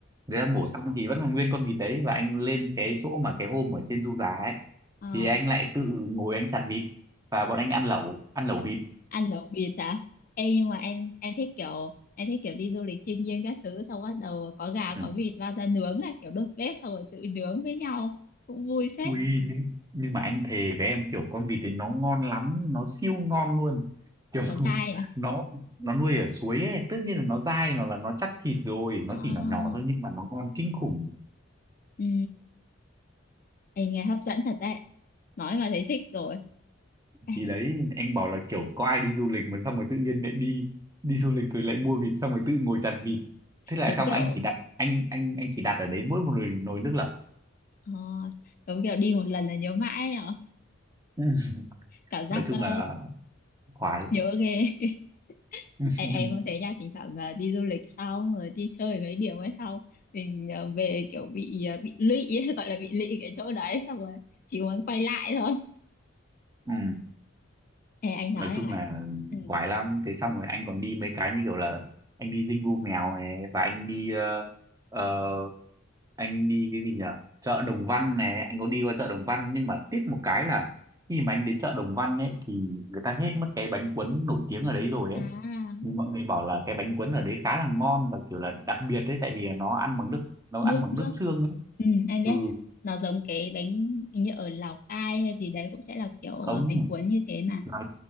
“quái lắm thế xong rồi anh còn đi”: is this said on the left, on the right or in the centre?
Right